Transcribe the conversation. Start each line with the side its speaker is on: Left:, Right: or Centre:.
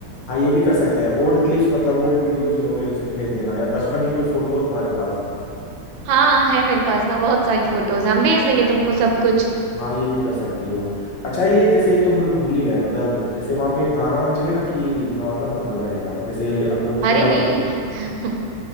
Left: हाँ ये भी कर सकते हैं ओल्ड क्लिप्स मतलब ओल्ड वीडियो जो हो गए उसकी भेज देना या बचपन की कोई फोटो हो तुम्हारे पास
Right: हाँ है मेरे पास ना बहुत सारी फोटोज हम भेज देंगे तुमको सब कुछ
Left: हाँ ये भी कर सकती हो अच्छा ये जैसे एक तो हम लोग भूल ही गए मतलब जैसे वहां पे गाना वाना चलेगा कि नॉर्मल मतलब रहेगा जैसे हम लोग
Right: अरे
Left: पूरा
Right: नहीं
Left: बुक
Right: <laughs>